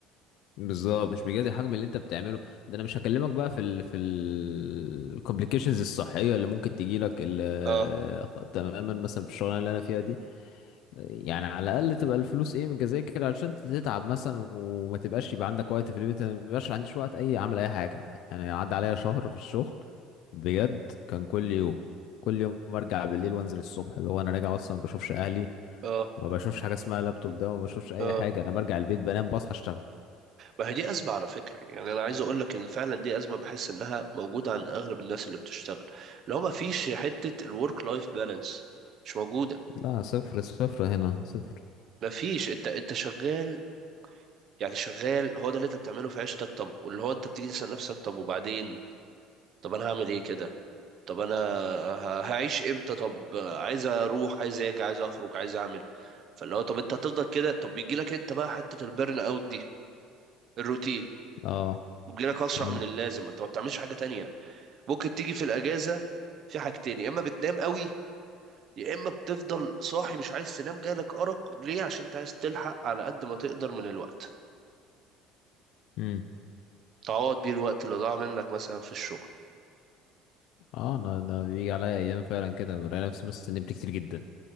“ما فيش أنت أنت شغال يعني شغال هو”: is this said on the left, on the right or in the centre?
Right